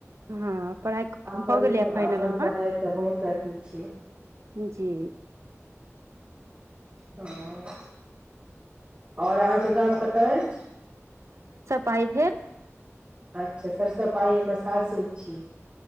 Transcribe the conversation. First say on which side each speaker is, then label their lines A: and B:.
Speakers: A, on the right; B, on the right.
A: हँ पढ़ाइ
B: अपन
A: भऽ गेलैए
B: त
A: फाइनल
B: अपन
A: हमर
B: पढ़ाइके बहुत अथी छै
A: जी
B: हँ आओर अहाँ के गाम कतय अछि
A: पाइभैर
B: अच्छा सरिसो पाइ हमर सासुर छी